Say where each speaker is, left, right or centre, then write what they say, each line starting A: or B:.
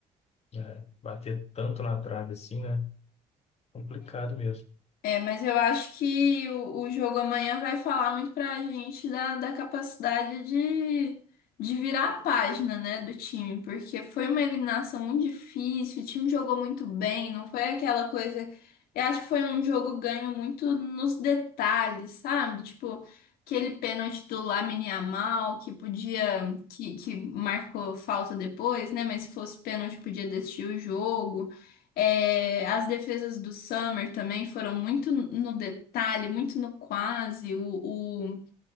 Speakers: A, on the left (about 40°); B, on the left (about 75°).
A: É, bater tanto na trave assim, né? Complicado mesmo.
B: É, mas eu acho que o, o jogo amanhã vai falar muito pra gente da, da capacidade de, de virar a página, né, do time, porque foi uma eliminação muito difícil, o time jogou muito bem, não foi aquela coisa. Eu acho que foi um jogo ganho muito nos detalhes, sabe? Tipo, aquele pênalti do Lamine Yamal que podia, que, que marcou falta depois, né? Mas se fosse pênalti, podia decidir o jogo. É, as defesas do Summer também foram muito no detalhe, muito no quase. O, o,